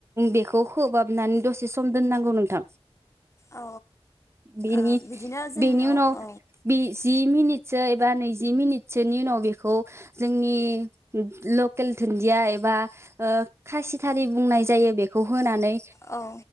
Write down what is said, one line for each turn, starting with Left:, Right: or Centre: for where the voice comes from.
Right: बेखौ खोबहाबनानै दसे सम दोननांगौ नोंथां
Left: औ
Right: बेनि
Left: ओ बिदिनो जोंनाव
Right: बेनि उनाव
Left: औ
Right: जि मिनिटसो बा नैजि मिनिटसोनि उनाव बेखौ जोंनि लकेल दुन्दिया एबा खासिथारि बुंनाय जायो बेखौ होनानै
Left: औ